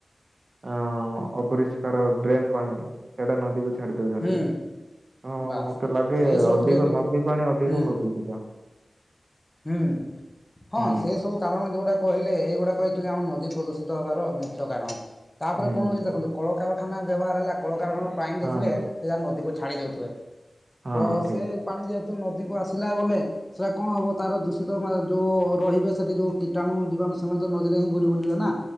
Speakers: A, on the right; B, on the left.
A: ଆ ଅପରିଷ୍କାର ଡ୍ରେନ୍ ପାଣି ସେଟା ନଦୀକୁ ଛାଡି ଦଉଛନ୍ତି,
B: ହୁଁ
A: ହଁ
B: ବାସ୍
A: ମତେ ଲାଗେ
B: ଏଇ ସବୁ
A: ଅଧିକ
B: ଯେହେତୁ
A: ନଦୀ ପାଣି ଅଧିକ
B: ହୁଁ
A: ପ୍ରଦୂଷିତ।
B: ହୁଁ ହଁ
A: ହୁଁ
B: ସେ ସବୁ କାରଣ ଯୋଉଟା କହିଲେ ଏଗୁଡ଼ାକ ଆଚୁଲି ଆମ ନଦୀ ପ୍ରଦୂଷିତ ହେବାର ମୁଖ୍ୟ କାରଣ ତାପରେ
A: ହୁଁ
B: କଣ
A: ହୁଁ
B: ହଉଚି ଦେଖନ୍ତୁ କଳକାରଖାନା ବ୍ୟବହାର ହେଲା କଳକାରଖାନ ପାଣି
A: ହଁ
B: ଦେଖିବେ ସେ ଯାକ ନଦୀକୁ ଛାଡ଼ି ଦେଉଥିବେ।
A: ହଁ
B: ତ
A: ଠିକ
B: ସେ ପାଣି ଯେହେତୁ ନଦୀ କୁ ଆସିଲା ଗନେ ସେଇଟା କଣ ହବ ତାର ଦୂଷିତ ମାନେ ଯୋଉ ରହିବେ ସେଠି ଯୋଉ କୀଟାଣୁ ଜିବାଣୁ ସେମାନେ ତ ନଦୀରେ ହିଁ ଘୁରି ବୁଲିବେ ନା।